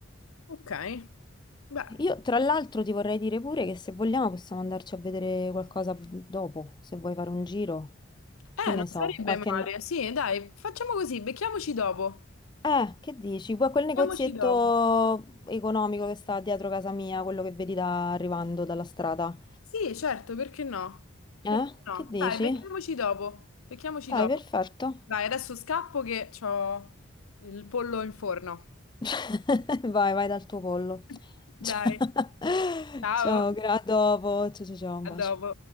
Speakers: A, on the left; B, on the left.
A: Ok. Beh,
B: Io, tra l'altro, ti vorrei dire pure che se vogliamo possiamo andarci a vedere qualcosa dopo, se vuoi fare un giro.
A: eh,
B: Che ne
A: non
B: so,
A: sarebbe
B: qualche...
A: male.
B: ne-
A: Sì, dai, facciamo così, becchiamoci dopo.
B: Eh, che dici? Que- Quel
A: Becchiamoci
B: negozietto
A: dopo.
B: economico che sta dietro casa mia, quello che vedi da- arrivando dalla strada.
A: Sì, certo, perché no? Perché
B: Eh?
A: no?
B: Che dici?
A: Dai, becchiamoci dopo. Becchiamoci
B: Dai,
A: dopo.
B: perfetto.
A: Dai, adesso scappo che ho il pollo in forno.
B: <laughs> Vai, vai dal tuo pollo.
A: <laughs>
B: <laughs>
A: Dai, ciao,
B: Ciao, gra- a dopo. Ciao, ciao, ciao, un
A: a
B: bacio.
A: dopo.